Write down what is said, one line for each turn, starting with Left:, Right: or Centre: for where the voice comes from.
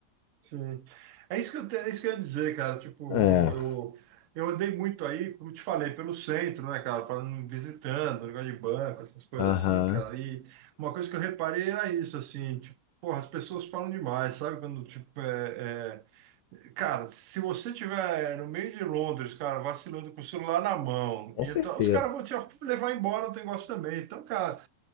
Right: Sim. É isso que eu, te- é isso que eu ia dizer, cara. Tipo,
Left: É.
Right: eu, eu, eu andei muito aí, como eu te falei, pelo centro, né, cara? Falando, visitando, negócio de banco, essas coisas
Left: Aham.
Right: assim, cara. E uma coisa que eu reparei era isso, assim, tipo, porra, as pessoas falam demais, sabe? Quando, tipo, é, é- Cara, se você tiver no meio de Londres, cara, vacilando com o celular na mão,
Left: Com
Right: e
Left: certeza.
Right: então, os caras vão te levar embora o negócio também. Então, cara.